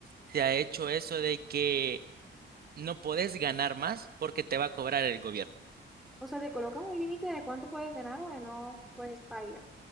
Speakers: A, on the right (about 50°); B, in the centre.
A: se ha hecho eso de que no podés ganar más porque te va a cobrar el gobierno.
B: O sea, te colocan un límite de cuánto puedes ganar o de no, puedes baila.